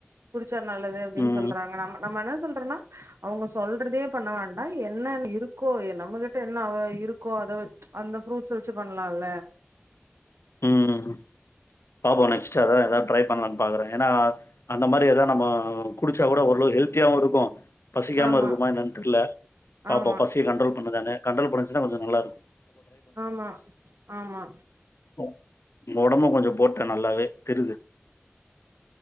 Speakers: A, on the right; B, on the left.
A: குடிச் சா நல்லது அப்படினு
B: ம்,
A: சொல்றாங்க நம்ம நம்ம சொல்றன்னா அவுங்க சொல்றதே பண்ண வேண்டா என்ன இருக்கோ நம்மகிட்ட என்ன அவ இருக்கோ அத வெச் அந்த ஃரூட்ஸ் வெச்சு பண் பண்லால
B: ம் பாப்போ நெக்ஸ்டா எதாவது ட்ரை பண்ணலாம்னு பாக்குற ஏன்னா அந்த மாதிரி ஏதாவ நம்ம குடிச்சா கூட ஒருளவு ஹெல்த்தியாவு இருக்கோ பசிக்காம
A: ஆமா
B: இருக்குமா என்னன்னு தெர்ல பாப்போ
A: ஆமா
B: பசிய கண்ட்ரோல் உண்ம தானே கண்ட்ரோல் பண்ணுச்சுனா கொஞ்சோ நல்லா இருக்
A: ஆமா ஆமா
B: உங்க ஒடம்பும் கொஞ்சோ போட்ட நல்லாவே தெறுது